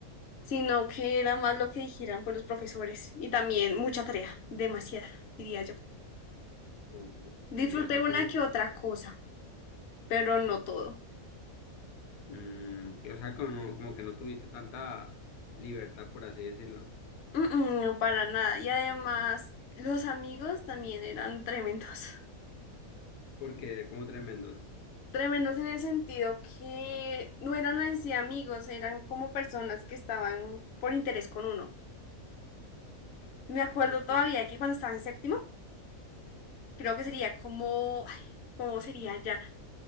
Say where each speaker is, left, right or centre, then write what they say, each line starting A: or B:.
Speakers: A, on the left; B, on the left.
A: sino que era más lo que dijeran por los profesores. Y también mucha tarea, demasiada, diría yo.
B: O
A: Disfruté
B: que, o sea,
A: una
B: como,
A: que otra cosa, pero no todo.
B: mm, que, o sea, como, no- como que no tuviste tanta libertad, por así decirlo.
A: Mm, mm, para nada. Y además, los amigos también eran tremendos. <laughs>
B: Porque, como tremendos.
A: Tremendos en el sentido que no eran en sí amigos, eran como personas que estaban por interés con uno. Me acuerdo
B: Ok,
A: todavía que cuando estaba en séptimo, creo que sería como, ay, ¿cómo sería ya?